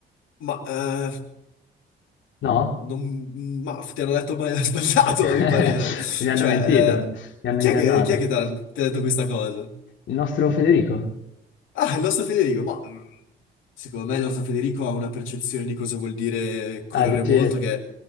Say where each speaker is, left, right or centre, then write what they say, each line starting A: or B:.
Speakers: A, on the left; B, on the left.
A: ma, eh,
B: No?
A: non- ma ti hanno detto ma- <laughs> sbagliato,
B: <laughs>
A: a mio parere.
B: Mi hanno
A: Cioè,
B: mentito, mi hanno
A: eh, chi
B: ingannato.
A: è che, chi è che t'ha- ti ha detto questa cosa?
B: Il nostro Federico?
A: Ah, il nostro Federico, ma mh, secondo me il nostro Federico ha una percezione di cosa vuol dire correre
B: Ah, dici,
A: molto che...